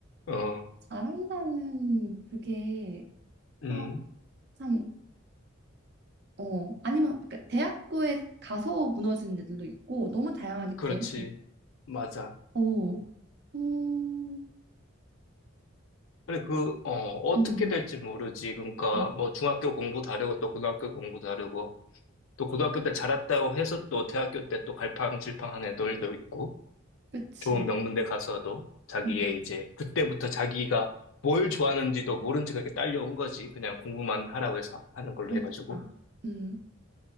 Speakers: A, on the left; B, on the right.
A: 어,
B: 잘한다는 그게
A: 음,
B: 아 참, 어, 아니면 그 대학교에 가서 무너지는 애들도 있고 너무 다양하기
A: 그렇지.
B: 때문에
A: 맞아.
B: 어, 어, 음,
A: 그래, 그, 어, 어떻게
B: 음.
A: 될지 모르지. 그러니까,
B: 음,
A: 뭐, 중학교 공부 다르고, 또 고등학교 공부 다르고, 또 고등학교 때 잘했다고 해서 또 대학교 때 또 갈팡질팡한 애들도 있고,
B: 그치.
A: 좋은 명문대 가서도 자기의
B: 음,
A: 이제, 그때부터 자기가 뭘 좋아하는지도 모른 채 그렇게 딸려온 거지. 그냥 공부만 하라고 해서 하는 걸로
B: 그러니까.
A: 해가지고.
B: 음,